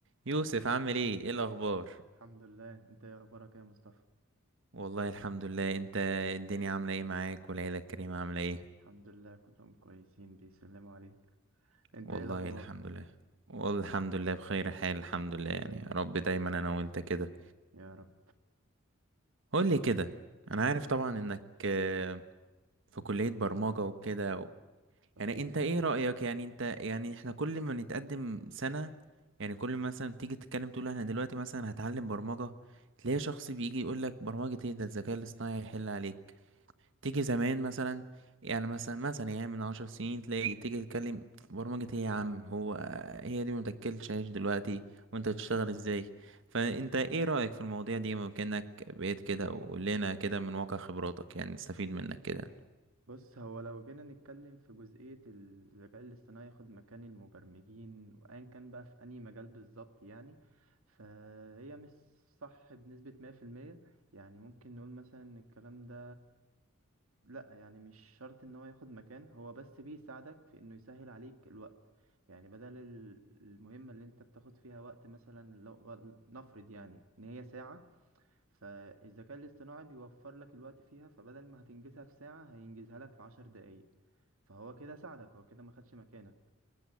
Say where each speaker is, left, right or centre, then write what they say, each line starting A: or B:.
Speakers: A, on the right (about 65°); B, on the right (about 80°).
A: يوسف عامل ايه ايه الاخبار
B: الحمد لله انت ايه اخبارك يا مصطفى
A: والله الحمد لله انت الدنيا عامله ايه معاك والعيله الكريمه عامله ايه
B: الحمد لله كلهم كويسين بيسلموا عليك انت
A: والله
B: ايه الاخبار
A: الحمد لله والحمد لله بخير حال الحمد لله يعني يا رب دايما انا وانت كده
B: يا رب
A: قول لي كده انا عارف طبعا انك آه، في كليه برمجه وكده و...
B: صحيح
A: يعني انت ايه رايك يعني انت يعني احنا كل ما نتقدم سنه يعني كل ما مثلا تيجي تتكلم تقول انا دلوقتي مثلا هتعلم برمجه تلاقي شخص بيجي يقول لك برمجه ايه ده الذكاء الاصطناعي هيحل عليك تيجي زمان مثلا يعني مثلا مثلا يعني من عشر سنين تلاقي تيجي تتكلم برمجة ايه يا عم هو هي دي متاكلش عيش دلوقتي وانت تشتغل ازاي فانت ايه رأيك في المواضيع دي ممكنك بقيت كده وقلنا كده من واقع خبراتك يعني نستفيد منك كده
B: بص هو لو جينا نتكلم في جزئية الذكاء الاصطناعي ياخد مكان المبرمجين وايا كان بقى في اي مجال بالظبط يعني فهي مش صح بنسبة 100% يعني ممكن نقول مثلا ان الكلام ده لا يعني مش شرط ان هو ياخد مكان هو بس بيساعدك في انه يسهل عليك الوقت يعني بدل ال- المهمة اللي انت بتاخد فيها وقت مثلا لو نفرض يعني ان هي ساعة فالذكاء الاصطناعي بيوفر لك الوقت فيها فبدل ما هتنجزها في ساعة هينجزها لك في عشر دقايق فهو كده ساعدك هو كده ما خدش مكانك